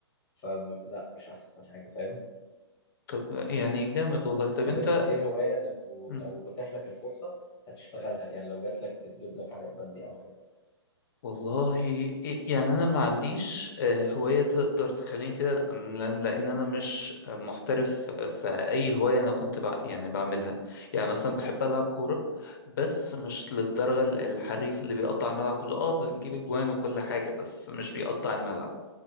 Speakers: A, on the left; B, on the left.
A: فلا مش احسن حاجة فاهم
B: طب يعني جامد والله طب
A: طب
B: انت
A: انت ايه الهواية اللي لو
B: مم.
A: لو اتاح لك الفرصة هتشتغلها يعني لو جات لك بتجيب لك عائد مادي او حاجة
B: والله إيه- يعني انا ما عنديش آه، هواية تقدر تخليني كده لان لأن انا مش آه، محترف في اي هواية انا كنت بع يعني بعملها يعني مثلا بحب العب كورة بس مش للدرجة ال- الحريف اللي بيقطع الملعب كله اه بنجيب اجوان وكل حاجة بس مش بيقطع الملعب